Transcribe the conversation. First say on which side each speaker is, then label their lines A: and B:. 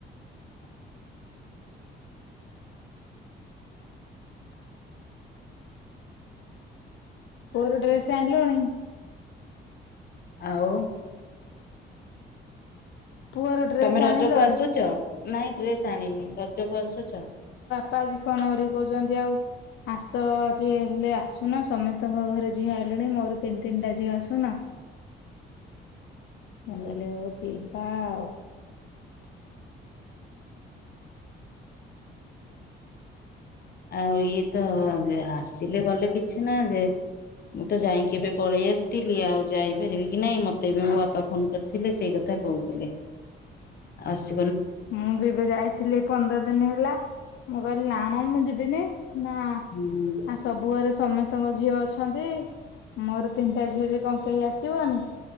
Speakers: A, on the left; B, on the left.
A: ପୁଅର ଡ୍ରେସ ଆଇଁଲୁନି।
B: ଆଉ।
A: ପୁଅର ଡ୍ରେସ
B: ତମେ
A: ଆଣିଲୁଣି।
B: ରଜକୁ ଆସୁଛ? ନାଇଁ ଡ୍ରେସ ଆଣିନି, ରଜକୁ ଆସୁଚ।
A: ପା ଆଜି ଫୋନ କରି କହୁଚନ୍ତି ଆଉ ଆସ ଯିଏ ହେଲେ ଆସୁନ ସମେତଙ୍କ ଘରେ ଝିଅ ଆଇଲେଣି ମୋର ତିନି ତିନିଟା ଝିଅ ଆସୁନ।
B: ହୁଁ।
A: ମୁଁ କହିଲି ହୋଉ ଯିବା ଆଉ। <inaudible>
B: ଆଉ ଇଏ ତ ଆସିଲେ ଗଲେ କିଛି ନା ଯେ ମୁଁ ତ ଯାଇକି ଏବେ ପଳେଇ ଆସିଥିଲି ଆଉ ଯାଇପାରିବି କି ନାଇଁ ମତେ ବି ମୋ ବାପା ଫୋନ କରିଥିଲେ ସେଇ କଥା କହୁଥିଲେ ଆସ
A: ମୁଁ ବି ଏବେ ଯାଇଥିଲି ପନ୍ଦର ଦିନ ହେଲା ମୁଁ କହିଲି ନା ମ ମୁଁ ଯିବ ବିନି। ନା
B: ହୁଁ
A: ଆ ସବୁ ଘରେ ସମସ୍ତେ ତଙ୍କ ଝିଅ ଅଛନ୍ତି ମୋର ତିନିଟା ଝିଅ ଯେ କଣ କେହି ଆସିବନି।